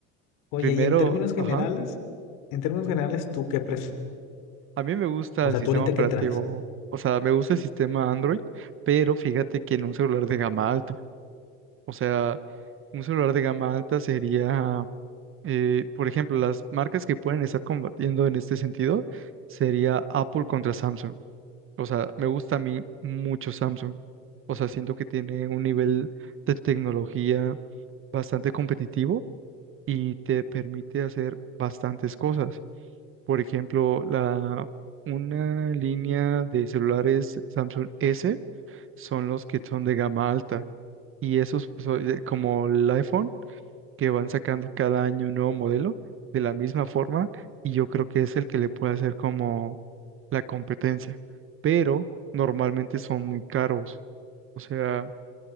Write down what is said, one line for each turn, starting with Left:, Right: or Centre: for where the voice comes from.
Left: Oye,
Right: primero,
Left: y en términos generales,
Right: ajá.
Left: en términos generales, ¿tú qué prefieres?
Right: A mí me gusta
Left: O
Right: el
Left: sea,
Right: sistema
Left: ¿tú ahorita
Right: operativo,
Left: qué traes?
Right: o sea, me gusta el sistema Android, pero fíjate que en un celular de gama alta, o sea, un celular de gama alta sería, eh, por ejemplo, las marcas que pueden estar combatiendo en este sentido sería Apple contra Samsung. O sea, me gusta a mí mucho Samsung. O sea, siento que tiene un nivel de tecnología bastante competitivo y te permite hacer bastantes cosas. Por ejemplo, la, una línea de celulares Samsung S son los que son de gama alta. Y esos, pues, o- de- como el iPhone, que van sacando cada año un nuevo modelo de la misma forma. Y yo creo que es el que le puede hacer como la competencia. Pero normalmente son muy caros. O sea,